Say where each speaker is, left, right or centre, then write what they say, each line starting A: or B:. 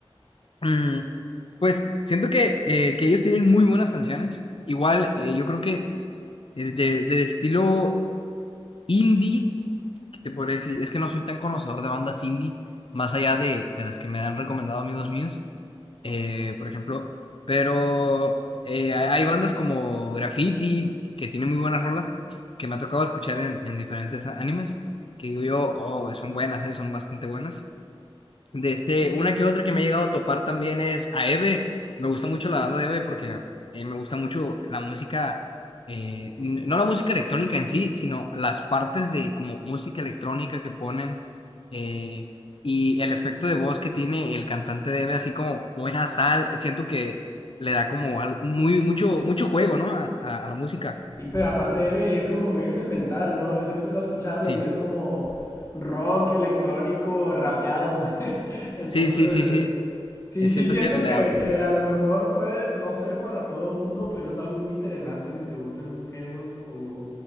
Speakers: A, on the left (about 60°); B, on the left (about 30°).
A: Mm, pues siento que, eh, que ellos tienen muy buenas canciones. Igual, eh, yo creo que de, de- de estilo indie, que te podría decir, es que no soy tan conocedor de bandas indie, más allá de, de las que me han recomendado amigos míos, eh, por ejemplo. Pero eh, hay hay bandas como Graffiti, que tienen muy buenas rolas, que me ha tocado escuchar en, en diferentes a- animes, que digo yo, oh, son buenas, eh, son bastante buenas. De este,
B: Mm.
A: una que otra que me ha llegado a topar también es a Eve. Me gusta mucho la banda de Eve porque eh, me gusta mucho la música, eh, n- no la música electrónica en sí, sino las partes de como música electrónica que ponen eh, y el efecto de voz que tiene el cantante de Eve, así como buena sal. Siento que le da como al- muy, mucho, mucho juego, ¿no? A, a- a la música.
B: Y pero aparte Eve es como muy experimental, ¿no? Sí me ha tocado escucharlo
A: Sí,
B: y es como rock electrónico rapeado. <laughs> Entonces,
A: sí, sí, sí, sí.
B: Sí,
A: Eh,
B: sí,
A: Siento
B: siento
A: que le
B: que,
A: da. Ok,
B: que a lo mejor puede no ser para todo mundo, pero es algo muy interesante si te gustan esos géneros o